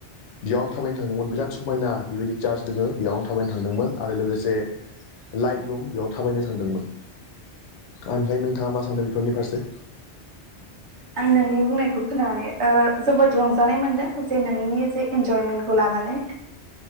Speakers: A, on the left; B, on the right.
A: बेयाव आं थाबायनो थांदोंमोन बिराद समायना बेबायदि चार्ज दङो बेयाव आं थाबायनो थांदोंमोन आरो लोगोसे लाइट लुम बेयाव थाबायनो थांदोंमोन ओमफ्राय नोंथाङा मा सानो बेफोरनि फारसे?
B: आं नोंनि बुंनायखौ खोनानानै ओ जोबोद रंजानाय मोनदों जे नोंनि जे इन्जयमेन्टखौ लानानै